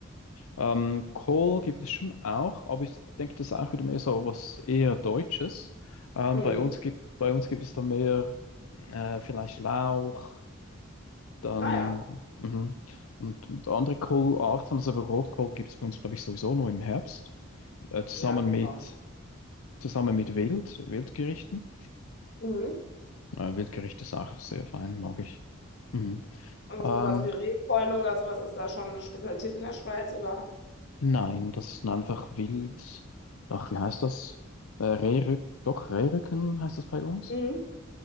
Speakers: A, on the left; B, on the left.
A: ähm, Kohl gibt es schon auch, aber ich denke, das ist auch wieder mehr so was eher Deutsches. Ähm,
B: Mhm.
A: bei uns gibt, bei uns gibt es da mehr äh, vielleicht Lauch, dann
B: Ah ja.
A: mhm. und, und andere Kohlarten. Also aber Rotkohl gibt es bei uns, glaube ich, sowieso nur im Herbst, äh, zusammen
B: Ja, gut
A: mit,
B: war.
A: zusammen mit Wild, Wildgerichten.
B: Mhm.
A: Äh, Wildgericht ist auch sehr fein, mag ich. Mhm.
B: Also
A: Ähm,
B: sowas wie Rehkeule oder sowas ist da schon eine Spezialität in der Schweiz oder
A: nein, das sind einfach wild. Ach, wie heißt das? Äh, Rehrück, doch, Rehrücken heißt das bei uns.
B: mhm.